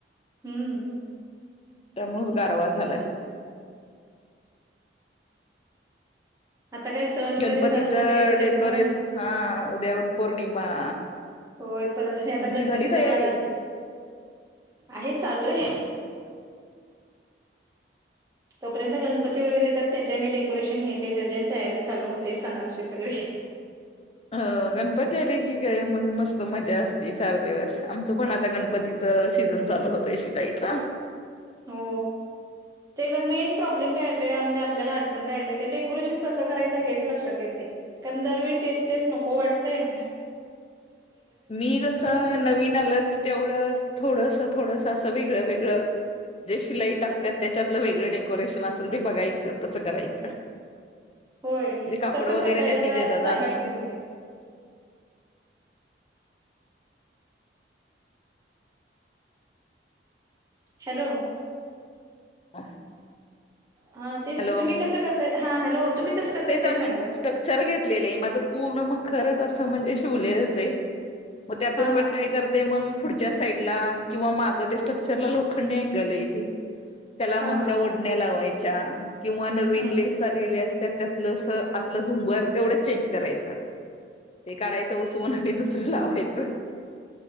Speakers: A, on the right; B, on the left.
A: हम्म
B: त्यामुळच गारवा झालाय.
A: आता काय सण वगैरे
B: गणपतीचं
A: चालू झाले उद्या
B: डेकोरेश
A: सण
B: हा उद्या वट पौर्णिमा.
A: होय परत आणि आता
B: तुमची
A: गणपती
B: झाली
A: जवळला
B: तयारी
A: आहे चालूय. तोपर्यंत गणपती वगैरे येतात त्याज्या हेंने डेकोरेशन हे ते त्याज्या हेने तयारी चालू होते सणांची सगळी.
B: अ- गणपती आले की काय मग मस्त मजा असते चार दिवस आमचं पण आता गणपती सीझन चालू होतय शिकायचा.
A: हो त्येला मेन प्रॉब्लेम काय येतय म्हणजे आपल्याला अडचण काय येतय ते डे कोरेशन कसं करायचं हेच लक्षात येत नाय कारण दरवेळ तेच तेच नको वाटतय.
B: मी जसं
A: की पट
B: नवीन आलं की तेवढंच थोडस थोडस असं वेगळं वेगळं. जे शिलाई टाकत्यात त्याच्यातलं वेगळं डेकोरेशन असेल ते बघायचं तसं करायचं.
A: होय
B: जे कापड
A: कसं
B: वगैरे
A: करताय
B: त्यांनी
A: जरा
B: देतात
A: सांगा
B: आम्ही
A: की तुम्ही हॅलो.
B: <inaudible>
A: हा
B: हॅलो
A: तेच क तुम्हीसं करताय हा हॅलो तुम्ही कसं करताय
B: तेच
A: ते
B: आम्ही
A: सांगा
B: स्ट्रक्चर घेतलेलंय माझं पूर्ण म खरच असं म्हणजे शिवलेलंचये. म त्यातून
A: हा
B: पण
A: हा
B: काय कर ते मग पुढच्या साईड ला किंवा मागं त्या स्ट्रक्चर ला लोखंड अँगलाय ते. त्याला मग
A: हा हा
B: त्या ओढण्या लावायच्या किंवा नवीन
A: हम्म
B: लेस आलेली असत्यात त्यातलं अस अतल झुंबर तेवढंच चेंज करायचं. ते काढायचं उसवून आणि दुसरं लावायचं.